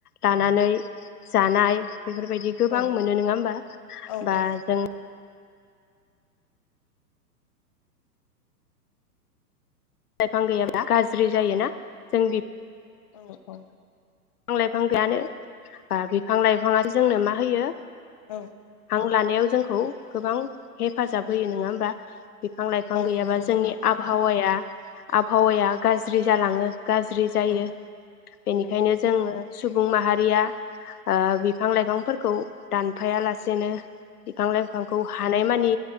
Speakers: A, on the left (about 70°); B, on the left (about 25°).
A: लानानै जानाय बेफोरबायदि गोबां
B: औ
A: मोनो नङा होमबा
B: औ
A: बा
B: औ
A: जों लाइफां गैयाब्ला गाज्रि जायोना जों बि
B: औ-औ
A: बिफां लाइफां गैयानो बिफां लाइफाङाथ' जोंनो मा होयो
B: औ
A: रं लानायाव जोंखौ गोबां हेफाजाब
B: औ
A: होयो नङा होमबा बिफां लाइफां
B: औ
A: गैयाबा
B: नंगौ
A: जोंनि
B: नोंथां
A: आबहावाया आबहावाया गाज्रि जालाङो गाज्रि जायो
B: औ
A: बेनिखायनो
B: औ
A: आङो सुबुं माहारिया ओ बिफां लाइफांफोर खौ दानफायालासेनो बिफां लाइफांखौ हानाय मानि